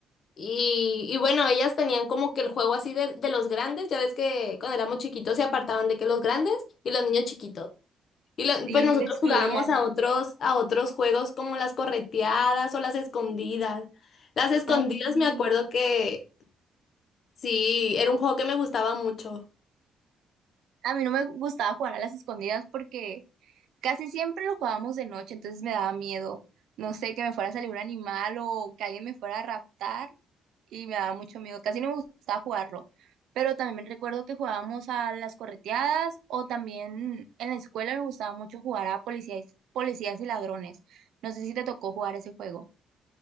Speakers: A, on the left; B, on the right.
A: y, y bueno, ellas tenían como que el juego así de, de los grandes, ya ves que cuando éramos chiquitos se apartaban de que los grandes y los niños chiquitos, y lo-
B: Sí,
A: pues Sí, nosotros
B: te excluían.
A: jugábamos a otros, a otros juegos como las correteadas o las escondidas. Las escondidas
B: Ay, sí.
A: me acuerdo que sí, era un juego que me gustaba mucho.
B: A mí no me gustaba jugar a las escondidas porque casi siempre lo jugábamos de noche, entonces me daba miedo. No sé, que me fuera a salir un animal o que alguien me fuera a raptar y me daba mucho miedo. Casi no me gustaba jugarlo. Pero también me recuerdo que jugábamos a las correteadas o también en la escuela me gustaba mucho jugar a policías, policías y ladrones. No sé si te tocó jugar ese juego.